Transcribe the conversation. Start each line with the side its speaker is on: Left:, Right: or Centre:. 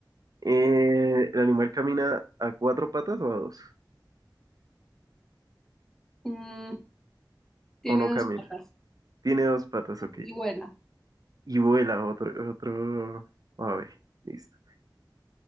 Right: Eh, ¿el animal camina a cuatro patas o a dos?
Centre: Mm, tiene
Right: ¿O no
Centre: dos
Right: camina?
Centre: patas
Right: Tiene dos patas, ok.
Centre: y vuela.
Right: Y vuela otro, otro ave. Listo.